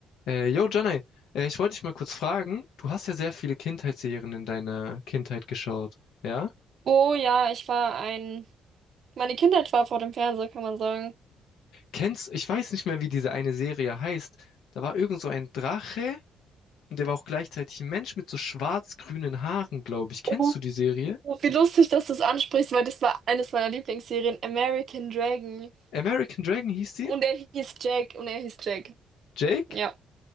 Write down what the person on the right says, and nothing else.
Oh ja, ich war ein. Meine Kindheit war vor dem Fernseher, kann man sagen.
Oh,
wie lustig, dass du es ansprichst, weil das war eines meiner Lieblingsserien, American Dragon.
Und er hieß Jack und er hieß Jack.
Ja.